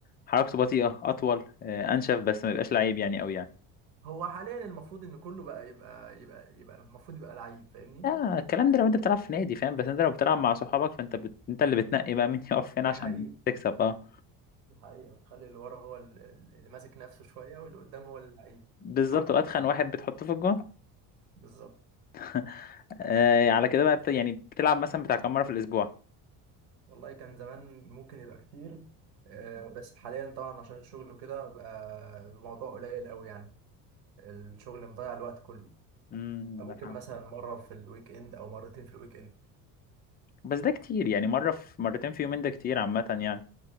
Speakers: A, on the left; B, on the right.
A: حركته بطيئة اطول آه انشف بس ما بيبقاش لعيب يعني قوي يعني
B: هو حاليا المفروض إن كله بقى يبقى يبقى يبقى المفروض يبقى لعيب فاهمني
A: لا الكلام ده لو انت بتلعب في نادي فاهم بس انت لو بتلعب مع صحابك فانت بت... انت اللي بتنقي بقى مين <laughs> يقف فين عشان
B: دي حقيقة
A: تكسب اه
B: دي حقيقة بتخلي اللي ورا هو ال- ال- اللي ماسك نفسه شوية واللي قدام هو اللعيب
A: بالظبط
B: وحركته
A: واتخن
B: حلوة
A: واحد بتحطه في الجون
B: بالظبط
A: <laughs> آه على كده بقى بت... يعني بتلعب مثلا بتاع كام مره في الاسبوع
B: والله كان زمان ممكن يبقى كتير آه، بس حاليا طبعا عشان الشغل وكده بقى الموضوع قليل قوي يعني الشغل مضيع الوقت كله
A: امم
B: فممكن
A: انا فاهم
B: مثلا مرة في الويك اند أو مرتين في الويك اند
A: بس ده كتير يعني مره في مرتين في يومين ده كتير عامه يعني